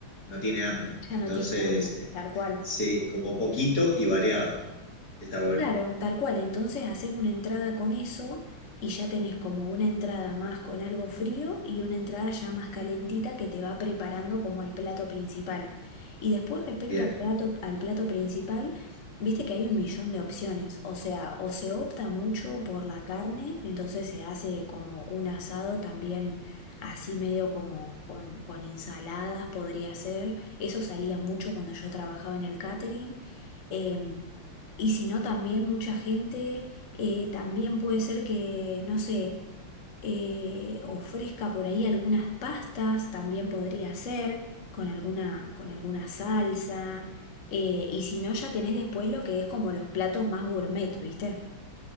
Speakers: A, on the left (about 45°); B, on the left (about 60°).
A: no tiene hambre. Entonces,
B: ya no tiene hambre,
A: eh,
B: tal cual.
A: sí, como poquito y variado. Está bueno.
B: Claro, tal cual. Entonces haces una entrada con eso y ya tenés como una entrada más con algo frío y una entrada ya más calentita que te va preparando como al plato principal. Y después respecto
A: Bien.
B: al plato, al plato principal, viste que hay un millón de opciones. O sea, o se opta mucho por la carne, entonces se hace como un asado también así medio como con, con ensaladas podría ser. Eso salía mucho cuando yo trabajaba en el catering. em, y si no, también mucha gente, eh, también puede ser que, no sé, eh, ofrezca por ahí algunas pastas, también podría ser, con alguna, con alguna salsa. eh, y si no, ya tenés después lo que es como los platos más gourmet, ¿viste?